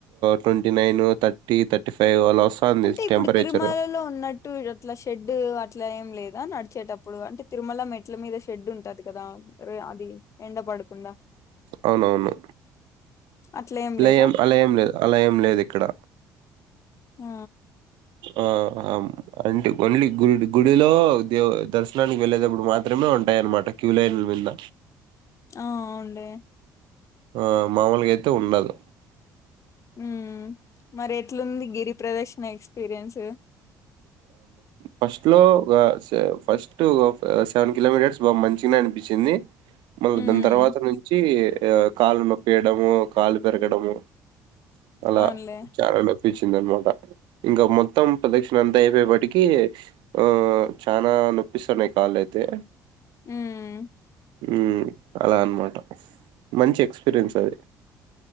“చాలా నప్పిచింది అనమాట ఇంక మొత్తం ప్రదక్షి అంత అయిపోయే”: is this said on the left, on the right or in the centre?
Right